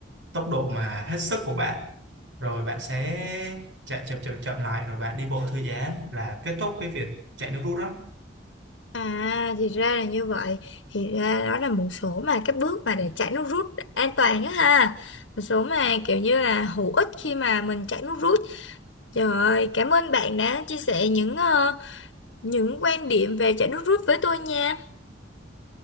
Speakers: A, on the right; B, on the left.
A: tốc độ mà hết sức của bạn rồi bạn sẽ chạy chậm chậm chậm lại rồi bạn đi bộ thư giãn là kết thúc cái việc chạy nước rút đó
B: À, thì ra là như vậy. Thì ra đó là một số mà các bước mà để chạy nước rút an toàn á ha. Một số mà kiểu như là hữu ích khi mà mình chạy nước rút. Trời ơi, cảm ơn bạn đã chia sẻ những ờ, những quan điểm về chạy nước rút với tôi nha.